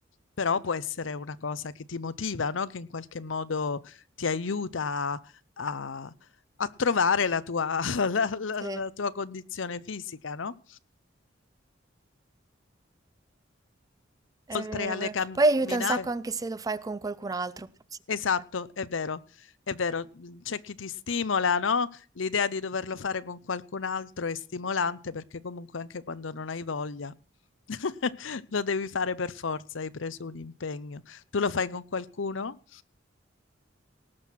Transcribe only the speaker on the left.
però può essere una cosa che ti motiva, no? Che in qualche modo ti aiuta a a trovare la tua, la, la-
la tua condizione fisica, no?
Oltre alle
camminate.
Esatto,
è vero, è vero. C'è chi ti stimola, no? L'idea di doverlo fare con qualcun altro è stimolante perché comunque anche quando non hai voglia <laughs> lo devi fare per forza, hai preso un impegno. Tu lo fai con qualcuno?